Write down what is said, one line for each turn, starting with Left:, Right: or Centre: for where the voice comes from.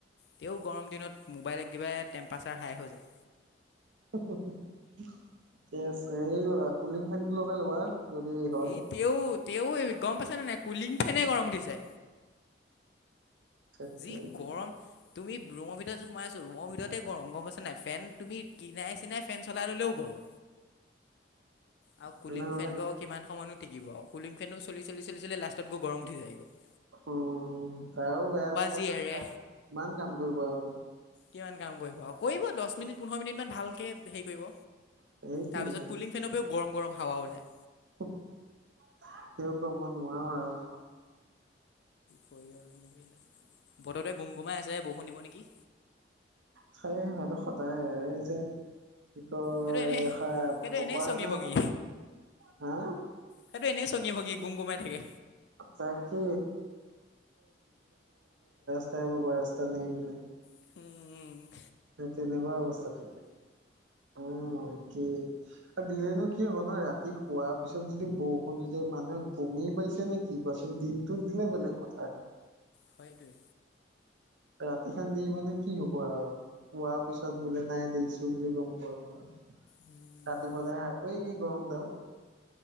Left: তেও গৰম দিনত মোবাইলত কিবা টেম্পাৰচাৰ হাই হৈ যায়।
Right: <unintelligible> থিকে আছে, সৈ লবা, কুলিং ফেন লগাই ল'বা। যদি হয়।
Left: এই তেও, তেও এই গম পাইছে নে নাই কুলিং ফেনে গৰম উঠিছে।
Right: তে-
Left: যি গৰম, তুমি ৰুমৰ ভিতৰততে সোমাই আছো, ৰুমৰ ভিতৰতে গৰম, গম পাইছা নাই। ফেন তুমি কিনাই চিনাই ফেন চলাই ললেও গৰম। আৰু কুলিং
Right: তেনেহ'লে
Left: ফেন টো কিমান সময়ো টিকিব আও। কুলিং ফেন উ' চলি-চলি লাষ্টত গৰম উঠি যায় গ'।
Right: উ' তাৰো বেয়া লে
Left: যি
Right: <unintelligible>
Left: এৰে
Right: কিমান কাম কৰিব আৰু।
Left: কিমান কাম কৰিব, কৰিব দহ মিনিট পোন্ধৰ মিনিট মান ভালকে হেৰি কৰিব।
Right: সেইটোৱে
Left: তাৰ পিছত কুলিং ফেনৰ পৰাও গৰম গৰম হাৱা ওলায়।
Right: স ক মই নোৱাৰো আৰু
Left: কৰিলা নে বতৰটোৱে গুম গুমাই আছে, বৰষুণ দিব নেকি।
Right: স' সেইটো সদায়, এই যে কি কয়,
Left: সেইটো এনেই
Right: খ
Left: সেইটো
Right: ফকুৱ
Left: এনেই চঙি
Right: যোন,
Left: ভঙি
Right: হা
Left: সেইটো এনেই চঙগী ভঙী, গুম গুমাই থাকে।
Right: তাকে ৰাস বব ৰাস্তা ন গিললে
Left: উম উম।
Right: সেই তেনেকুৱা অৱস্থাায় অ' একেই, নো কি হ'ব নহ ৰাতি শোৱাৰ পিছত যদি বৰষুণ দি দিয়ে, মানুহে গমেই পাইছে নে কি কোৱাচোন দিনটোত বেলে বেলেগ কথা।
Left: হয় এইটোৱে।
Right: ৰাতি খান দি মানে কি হ'ব আৰু, শোৱা পিছত বোলে নাই দেখছো বুলি গম পোৱা আৰু।
Left: উম
Right: ৰাতি পলে শাক কি গৰম দওঁ।